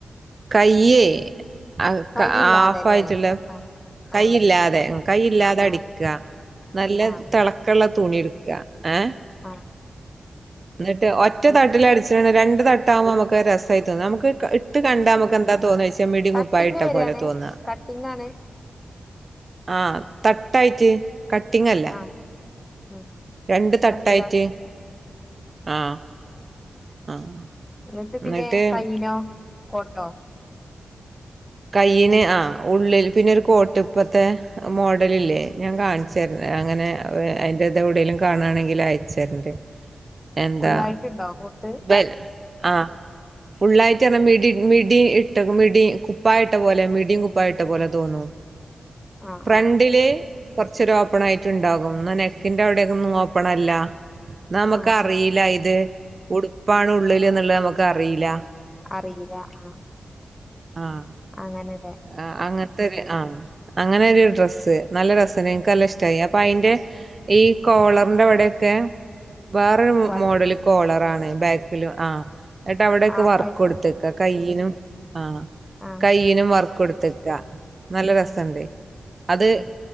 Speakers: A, on the right (about 45°); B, on the left (about 20°).
A: കയ്യേ ആഫ്
B: കൈയില്ലാതെല്ലേ
A: ആയിട്ടുള്ള
B: ആഹ്
A: കൈയില്ലാതെ
B: ആഹ്
A: കൈയില്ലാതെ
B: ആഹ്
A: അടിക്കുക നല്ല
B: ആഹ്
A: തിള -- ക്കള്ള തുണി എടുക്കുക ഏ
B: ആഹ്
A: എന്നിട്ട് ഒറ്റ
B: ഉം
A: തട്ടില അടിച്ചിണ് രണ്ട് തട്ടാവകുമ്പോ നമുക്ക് രസമായി തോന്നും നമുക്ക് ഇട്ട് കണ്ടാ നമുക്ക് എന്താ തോന്ന ച്ചാ മിടി
B: കട്ടിങ്
A: കുപ്പായി ഇട്ടാ
B: വരാണ്
A: പോലെ തോന്നാ
B: കട്ടിങ്ങാണ്
A: ആഹ് തട്ടായിട്ട് കട്ടിങ് അല്ല
B: ആഹ് ഉം
A: രണ്ട് തട്ടായിട്ട്
B: തട്ട് ത
A: ആഹ് ആഹ്
B: എന്നിട്ട് പിന്നെ
A: എന്നിട്ട്
B: കയ്നോ കോട്ടോ
A: കൈയിന് ആ ഉള്ളിൽ പിന്നെ ഒരു കോട്ടപ്പത്തെ മോഡല് ഇല്ലേ ഞാൻ കാണിച്ചര അങ്ങനെ അയിൻറ ഇത എവിടെലും കാണായാണെങ്കിൽ അയച്ചരേണ്ട് എന്താ
B: ഫുള്ളായിട്ടുണ്ടോ കോട്ട്
A: ബെൽ ആഹ് ഫുള്ളായിട്ട് എന്നാ മിടി മിടി ഇട്ട് മിടി കുപ്പായിട്ട പോലെ മിടിയും കുപ്പായിട്ട പോലെ തോന്നും
B: ആഹ്
A: ഫ്രെണ്ടില്
B: ആഹ്
A: കുറച്ച് ഒരു ഓപ്പൺ ആയിട്ട് ഉണ്ടാകും എന്ന നെക്കിന്റെ അവിടെയൊക്ക ഒന്നും ഓപ്പൺ അല്ല എന്നാ നമുക്ക്റിയില്ല
B: ആഹ് ആഹ്
A: ഇത് ഉടുപ്പാണ് ഉള്ളിൽ എന്നുള്ളത് നമുക്ക്റിയില്ല
B: അറിയില്ല ആഹ്
A: ആഹ്
B: അങ്ങനെ
A: ആഹ് അങ്ങനെ ആ ഹ് അങ്ങനെത്തെ ഒരു ഡ്രസ്സ് നല്ല ഡ്രസ് എനക്ക് നല്ല ഇഷ്ടമായി അപ്പൊ അതിന്റെ ഈ കോളറിന്റെ അവിടൊക്കെ വേറൊരു
B: വർ
A: മോഡല് കോളറ ആ ണ് ബാക്കിൽ ആഹ് എന്നട്ട് അവിടൊക്കെ
B: ഹാഫായിട്ടാ
A: വർക്ക് കൊടുത്തേക്കാ കൈയ്യിനും ആഹ്
B: ആഹ്
A: കൈയ്യിനും വർക്ക് ക്ക് കൊടുത്തേക്ക നല്ല രസുണ്ട്
B: ആഹ്
A: അത്
B: ഉം